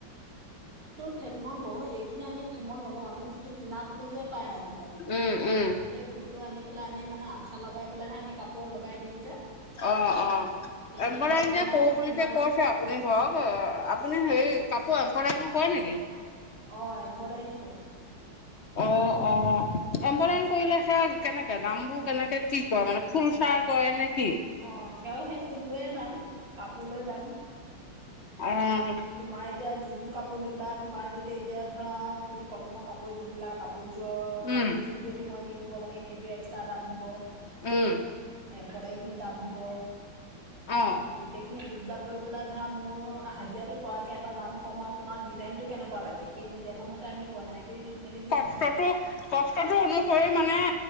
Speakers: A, on the right; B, on the left.
A: ফেমত লওঁ এইখিনি আমি ফেমত নলওঁ আমি যিটো কিনা ফুল যে পায় আজিকালি
B: উম উম।
A: সেই ফুলটো আনি পেলাই আমি মানে আঠা লগাই পেলাইহে আমি কাপোৰত লগাই দিওঁ যে
B: অ অ
A: তেতিয়া
B: এবলেন
A: ধৰক আপোনাৰ
B: যে কৰোঁ বুলি
A: তোমাৰ
B: যে কৈছে আপুনি ধৰক আপুনি সেই কাপোৰ এম্ব্ৰইডাৰিং কৰা নেকি
A: অ এম্ব্ৰডাইৰিং কৰো।
B: অ অ এম্ব্ৰইডাৰিং কৰিলে সেয়া কেনেকে দামবোৰ কেনেকে কি কয় মানে ফুল চাই কৰে নে কি?
A: অ। সেয়াও সেই ফুল লৈয়ে দাম কাপোৰ লৈ দাম
B: অ'।
A: আ তোমাৰ এতিয়া যি যোৰ কাপোৰ দিবা তোমাৰ যদি এতিয়া ধৰা তুমি কটনৰ কাপোৰে এযোৰ দিলা কাপোৰ। কাপোৰযোৰ কাপোৰযোৰ
B: উম
A: যদি মই। কিনিব লাগে সেইটো এক্সট্ৰা দাম হ'ব।
B: উম
A: এম্ব্ৰইডাৰিং দাম হব
B: অ'।
A: গোটেইখিনি প্ৰিজাৰ কৰি পেলাই ধৰা মোৰ হাজিৰাটো পৰাকৈ এটা দাম কম আৰু তোমাৰ ডিজাইনটো কেনেকুৱা লাগে সেই ডিজাইনৰ মতে আমি বনাই কৰি মেলি দিওঁ
B: কষ্টটো
A: আৰু
B: কষ্টটো অনুসৰি মানে।